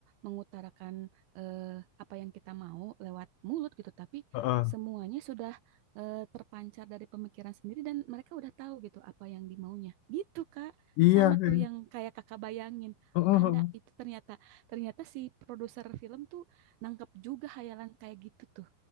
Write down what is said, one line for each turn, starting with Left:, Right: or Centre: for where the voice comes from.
Right: mengutarakan eh, apa yang kita mau lewat mulut gitu, tapi
Left: heeh.
Right: semuanya sudah eh, terpancar dari pemikiran sendiri dan mereka udah tahu gitu apa yang dimaunya. Gitu Kak,
Left: Iya,
Right: sama
Left: heeh,
Right: tuh yang kayak Kakak bayangin.
Left: heeh,
Right: Ada
Left: heeh.
Right: itu ternyata ternyata si produser film tuh nangkep juga hayalan kayak gitu tuh.